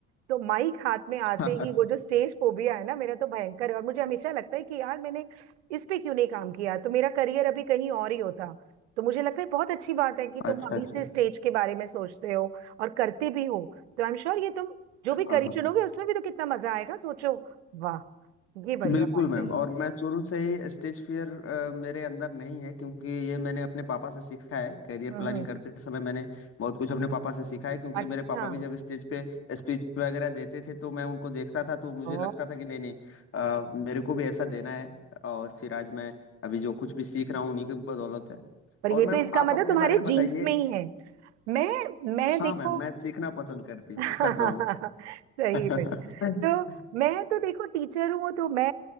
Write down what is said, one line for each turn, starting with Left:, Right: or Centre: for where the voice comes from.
Right: तो माइक हाथ में आते
Left: <laughs>
Right: ही वो जो स्टेज फोबिया है ना मेरा तो भयंकर है और मुझे हमेशा लगता है कि यार मैंने इस पे क्यों नहीं काम किया तो मेरा करियर अभी कहीं और ही होता तो मुझे लगता है बहुत अच्छी बात है कि तुम
Left: अच्छा
Right: अभी
Left: अच्छा
Right: से स्टेज के बारे में सोचते हो और करते भी हो तो आई एम श्योर ये तुम जो
Left: हाँ
Right: भी करी
Left: हाँ
Right: चुनोगे उसमें भी तो कितना मजा आएगा सोचो वाह ये बढ़िया
Left: बिल्कुल
Right: बात
Left: मैम
Right: है
Left: और मैं शुरू से ही स्टेज फियर मेरे अंदर नहीं है क्योंकि ये मैंने अपने पापा से सीखा है करियर
Right: हम्म
Left: प्लानिंग
Right: हम्म।
Left: करते समय मैंने बहुत कुछ अपने पापा से सीखा है क्योंकि
Right: अच्छा
Left: मेरे पापा भी जब स्टेज पे स्पीच वगैरह देते थे तो मैं उनको देखता था तो मुझे
Right: ओ
Left: लगता था कि नहीं नहीं अ, मेरे को भी ऐसा देना है और फिर आज मैं अभी जो कुछ भी सीख रहा हूँ उन्हीं की बदौलत है
Right: पर
Left: और
Right: ये
Left: मैम
Right: तो इसका
Left: आप
Right: मतलब
Left: अपने
Right: तुम्हारे
Left: बारे में
Right: जीन्स
Left: बताइए
Right: में ही है मैं मैं
Left: हाँ
Right: देखो
Left: मैम मैं सीखना पसंद करती
Right: <laughs>
Left: हूँ करता हूँ
Right: सही
Left: <laughs>
Right: में तो मैं तो देखो टीचर हूँ तो मैं